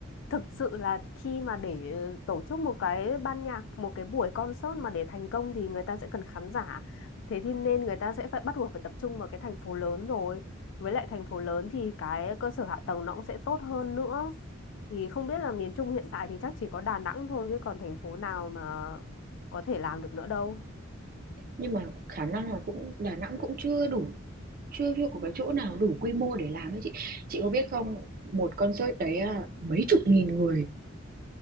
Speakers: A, on the left; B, on the right.
A: thực sự là khi mà để ờ, tổ chức một cái ban nhạc, một cái buổi concert mà để thành công thì người ta sẽ cần khán giả. Thế thì nên người ta sẽ phải bắt buộc phải tập trung vào cái thành phố lớn rồi. Với lại thành phố lớn thì cái cơ sở hạ tầng nó cũng sẽ tốt hơn nữa. Thì không biết là miền Trung hiện tại thì chắc chỉ có Đà Nẵng thôi chứ còn thành phố nào mà có thể làm được nữa đâu.
B: nhưng mà khả năng là cũng Đà Nẵng cũng chưa đủ chưa chưa có cái chỗ nào đủ quy mô để làm ấy chị chị có biết không một concert đấy à, mấy chục nghìn người